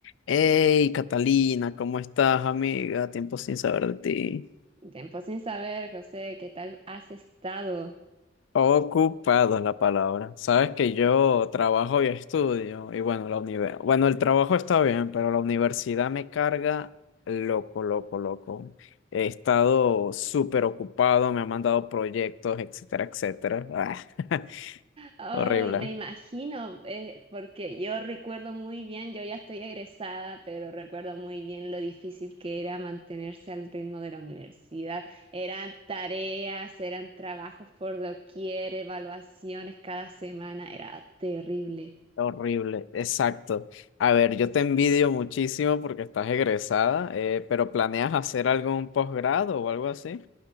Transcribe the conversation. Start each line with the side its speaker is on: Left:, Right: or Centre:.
Left: Hey, Catalina, ¿cómo estás, amiga? Tiempo sin saber de ti.
Right: Tiempo sin saber, José, ¿qué tal has estado?
Left: Ocupada es la palabra. Sabes que yo trabajo y estudio, y bueno, la universidad. Bueno, el trabajo está bien, pero la universidad me carga loco, loco, loco. He estado súper ocupado, me han mandado proyectos, etcétera, etcétera. Ah, <laughs>
Right: Ay,
Left: horrible,
Right: me imagino, eh, porque yo recuerdo muy bien, yo ya estoy egresada, pero recuerdo muy bien lo difícil que era mantenerse al ritmo de la universidad. Eran tareas, eran trabajos por doquier, evaluaciones cada semana, era terrible.
Left: horrible, exacto. A ver, yo te envidio muchísimo porque estás egresada, eh, pero ¿planeas hacer algún posgrado o algo así?